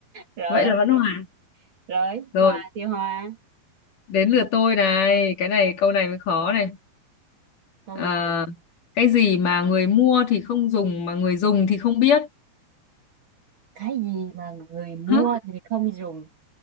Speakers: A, on the right; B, on the left.
A: rồi
B: vậy
A: ok.
B: là vẫn hòa
A: rồi,
B: rồi
A: Hòa thì Hòa.
B: đến lượt tôi này cái này câu này mới khó này
A: Câu
B: à,
A: gì?
B: cái gì mà người mua thì không dùng mà người dùng thì không biết
A: cái gì mà người mua
B: Hả?
A: thì không dùng